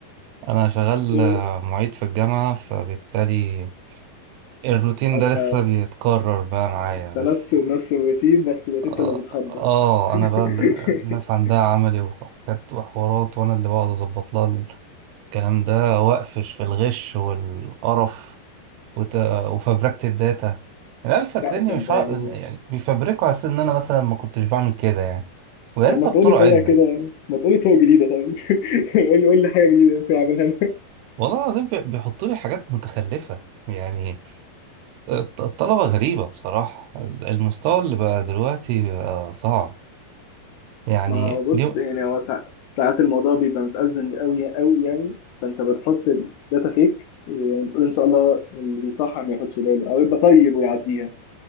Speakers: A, on the right (about 80°); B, on the left (about 75°).
A: انا شغال
B: إيه
A: آه، معيد في الجامعة فبالتالي الروتين
B: أنت
A: ده لسه بيتكرر بقى معايا
B: أنت
A: بس
B: نفسه نفس الروتين بس بقيت
A: اه,
B: أنت اللي بتحضر
A: آه
B: <laughs>
A: انا بقى اللي- يعني الناس عندها عملي وحاجات وحوارات وانا اللي بقعد اظبط لها الكلام ده وقفش في الغش والقرف وت... وفبركة الداتا العيال فاكريني
B: لا طب
A: مش
B: يعني
A: ع... يعني بيفبركوا على أساس إن أنا مثلا ما كنتش بعمل كده يعني ويا
B: لما
A: ريتها
B: تقولي
A: بطرق
B: طريقة
A: عدلة
B: كده ما تقولي طرق جديدة طيب <laughs> قولي قولي حاجة جديدة يمكن أعملها أنا
A: والله العظيم بي- بيحطوا لي حاجات متخلفة يعني الط- الطلبة غريبة بصراحة ال- المستوى اللي بقى دلوقتي بقى صعب يعني
B: ما بص
A: دي
B: يعني هو سا- ساعات الموضوع بيبقى متأزم قوي قوي يعني فأنت بتحط الداتا فيك وتقول إن شاء الله اللي بيصحى ما ياخدش باله أو يبقى طيب ويعديها